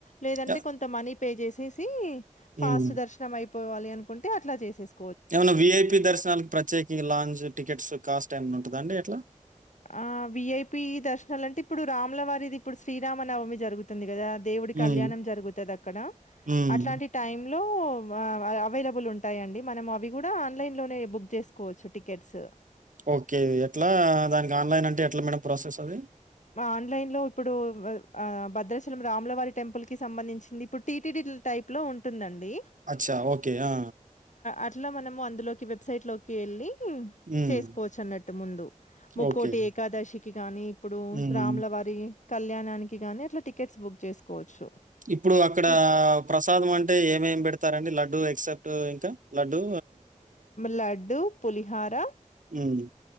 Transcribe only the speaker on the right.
య
హ్మ్.
ఏవనా విఐపి దర్శనాల ప్రత్యేకంగా లాంచ్ టికెట్స్ కాస్త టైం ఉంటద అండి ఎట్లా
హ్మ్.
హ్మ్.
ఓకే ఎట్లా దానికి ఆన్లైన్ అంటే ఎట్లా మేడం ప్రాసెస్ అది
అచ్చా! ఓకే. ఆ!
హ్మ్.
ఓకే.
హ్మ్.
ఇప్పుడు అక్కడ
ప్రసాదం అంటే ఏమేమి పెట్ పెడతారండి లడ్డుూ ఎక్సెప్ట్ ఇంకా లడ్డుూ
హ్మ్.